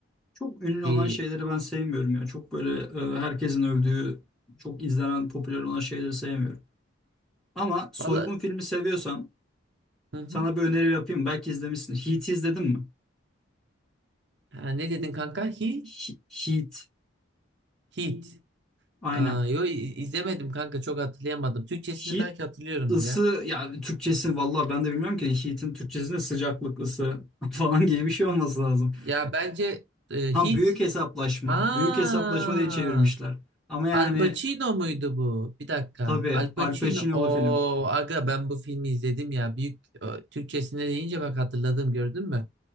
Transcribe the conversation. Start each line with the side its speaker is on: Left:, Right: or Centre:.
Centre: Çok ünlü
Right: Bir
Centre: olan şeyleri ben sevmiyorum ya. Çok böyle e, herkesin övdüğü, çok izlenen, popüler olan şeyleri sevmiyorum. Ama soygun
Right: valla
Centre: filmi seviyorsan
Right: hı hı.
Centre: Sana bir öneri yapayım. Belki izlemişsin. Heat izledin mi?
Right: Ha, ne dedin kanka? He,
Centre: He- Heat.
Right: Heat.
Centre: Aynen.
Right: Aa, yo i- izlemedim kanka çok hatırlayamadım. Türkçesini
Centre: Heat
Right: belki hatırlıyorumdur
Centre: ısı
Right: ya.
Centre: yani Türkçesi vallahi ben de bilmiyorum ki Heat'in Türkçesinde sıcaklık ısı <laughs> falan gibi bir şey olması lazım.
Right: Ya bence e,
Centre: Ha
Right: Hit
Centre: büyük hesaplaşma.
Right: Aa,
Centre: Büyük hesaplaşma diye çevirmişler. Ama yani
Right: Al Pacino muydu bu? Bir dakika.
Centre: tabii
Right: Al Pacino.
Centre: Al Pacino'lu
Right: O
Centre: film.
Right: aga ben bu filmi izledim ya. Büyük o, Türkçesine deyince bak hatırladım gördün mü?